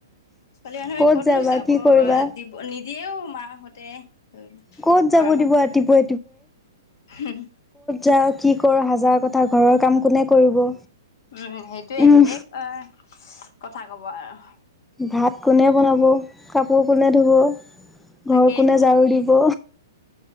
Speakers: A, on the left; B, in the centre.
A: ছোৱালী মানুহে
B: ক'ত
A: কতনো
B: যাবা
A: যাব
B: কি কৰিবা
A: দিব নিব দিয়েও মাহতে ধৰিল
B: ক'ত যাব
A: ঘৰৰ
B: দিব
A: মানুহে
B: ৰাতিপুৱাই
A: হুম
B: য কি কৰ হাজাৰ কথা ঘৰৰ কাম কোনে কৰিব।
A: উম সেইটোয়ে
B: উম
A: ঢেৰ অ কথা কব আৰু
B: ভাত কোনে বনাব কাপোৰ কোনে ধুব
A: তাকেইতো
B: ঘৰ কোনে জাৰু দিব।